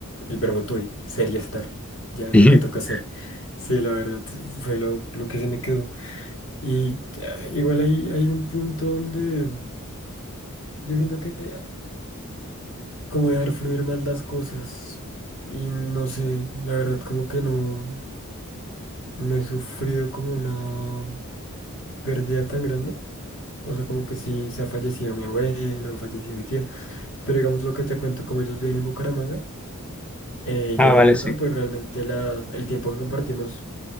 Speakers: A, on the left (about 65°); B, in the centre.
A: el verbo tui, ser y estar. Ya es
B: <laughs>
A: lo que toca hacer. Sí, la verdad, fue lo, lo que se me quedó. Y eh, igual hay, hay un punto donde yo siento que eh, como dejar fluir más las cosas. Y no sé, la verdad, como que no, no he sufrido como una pérdida tan grande. O sea, como que sí se ha fallecido mi abuelo, falleció mi tía. Pero digamos lo que te cuento, como ellos viven en Bucaramanga. Eh,
B: Ah,
A: yo en
B: vale,
A: Bogotá,
B: sí.
A: pues realmente las, el tiempo que compartimos